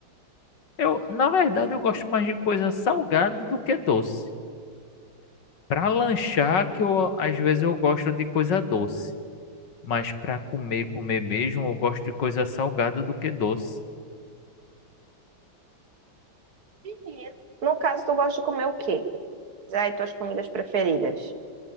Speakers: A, on the left; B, on the right.
A: eu, na verdade, eu gosto mais de coisa salgada do que doce. Para lanchar, que eu, às vezes eu gosto de coisa doce. Mas para comer, comer mesmo, eu gosto de coisa salgada do que doce.
B: Menino. No caso, tu gosta de comer o quê? Diz aí tuas comidas preferidas.